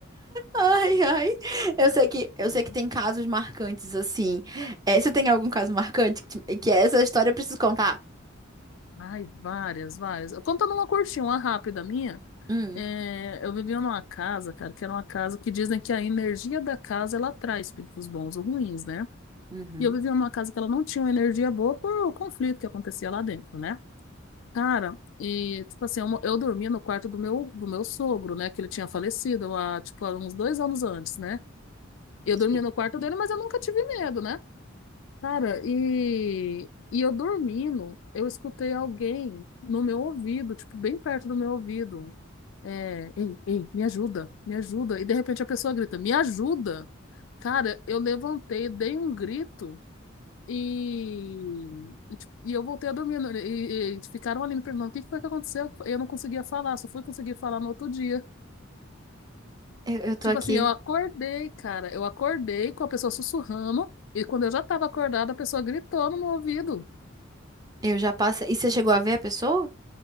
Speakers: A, on the right; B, on the left.
A: Ai, ai. Eu sei que, eu
B: Sim.
A: sei que tem casos marcantes assim. É, você tem algum caso marcante que, te- que essa história eu preciso contar?
B: Ai, várias, várias. Contando uma curtinha, uma rápida minha,
A: Hum,
B: é, eu vivia numa casa, cara, que era uma casa que dizem que a energia da casa ela traz os bons ou ruins, né?
A: Uhum,
B: E eu vivia numa casa que ela não tinha uma energia boa por o conflito que acontecia lá dentro, né? Cara, e tipo assim, eu, eu dormia no quarto do meu, do meu sogro, né? Que ele tinha falecido há, tipo, há uns dois anos antes, né? Eu
A: sim.
B: dormia no quarto dele, mas eu nunca tive medo, né? Cara, e, e eu dormindo, eu escutei alguém no meu ouvido, tipo, bem perto do meu ouvido. É, ei, ei, me ajuda, me ajuda. E de repente a pessoa grita, me ajuda. Cara, eu levantei, dei um grito. E, e, tipo, e eu voltei a dormir. no- E, e ficaram ali me perguntando o que que foi que aconteceu. Eu não conseguia falar, só fui conseguir falar no outro dia.
A: eu, eu tô
B: Tipo
A: aqui.
B: assim, eu acordei, cara. Eu acordei com a pessoa sussurrando. E quando eu já tava acordada, a pessoa gritou no meu ouvido.
A: Eu já passei. E você chegou a ver a pessoa?